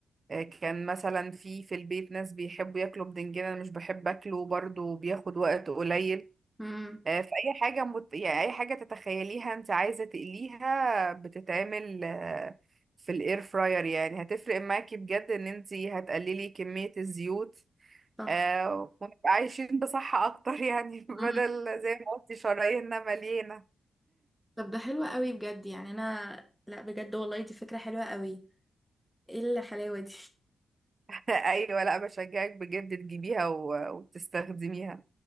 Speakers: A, on the right; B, in the centre.
A: آه، كان مثلا في في البيت ناس بيحبوا ياكلوا بدنجان انا مش بحب اكله برضو بياخد وقت قليل
B: امم
A: آه، فأي حاجة مت... يعني أي حاجة تتخيليها انت عايزة تقليها بتتعمل آه، في الاير فراير يعني هتفرق معاكي بجد ان انت هتقللي كمية الزيوت
B: صح
A: آه، ونبقى عايشين بصحة اكتر يعني <laughs> بدل
B: امم
A: زي ما قلتي شراييننا مليانة
B: طب ده حلو قوي بجد يعني انا لا بجد والله دي فكرة حلوة قوي ايه الحلاوة دي
A: <laughs> ايوه لا بشجعك بجد تجيبيها و- وتستخدميها